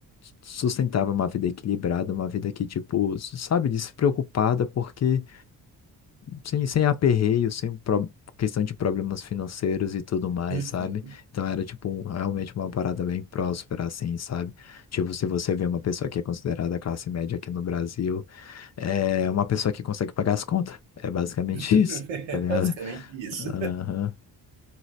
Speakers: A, on the left (about 35°); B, on the right (about 75°).
A: sustentava uma vida equilibrada, uma vida que, tipo, sabe, despreocupada, porque sem, sem aperreio, sem pro- questão de problemas financeiros e tudo mais,
B: uhum.
A: sabe? Então era, tipo, um, realmente uma parada bem próspera, assim, sabe? Tipo, se você vê uma pessoa que é considerada classe média aqui no Brasil, é uma pessoa que consegue pagar as contas. É basicamente
B: <laughs>
A: <laughs> isso,
B: É
A: tá ligado?
B: Basicamente isso.
A: Aham.